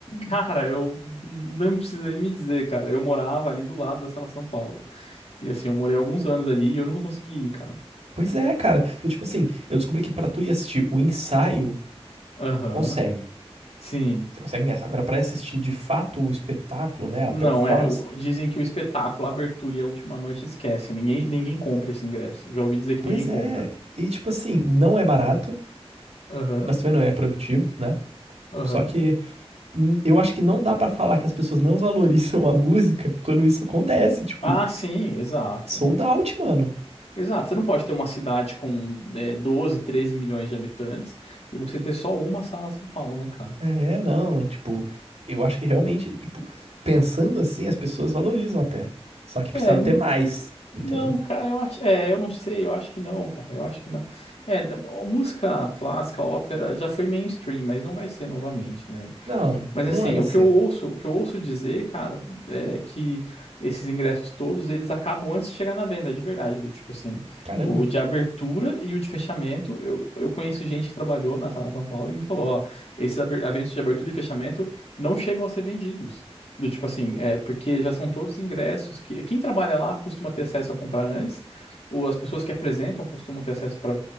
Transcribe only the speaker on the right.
Pois é, cara. Eu, tipo assim, eu descobri que pra tu ir assistir o ensaio,
consegue.
Você consegue ingresso. Agora, pra assistir de fato o espetáculo, né,
a performance.
Pois
é. E, tipo assim, não é barato,
mas também não é proibitivo, né?
Só que. Hum, Eu acho que não dá pra falar que as pessoas não <laughs> valorizam a música quando isso acontece, tipo,
sold out, mano.
É, não, tipo, eu acho que realmente, tipo, pensando assim, as pessoas valorizam até. Só que precisava
ter mais, entendeu?
Não,
não
é pra
ser.
Caramba.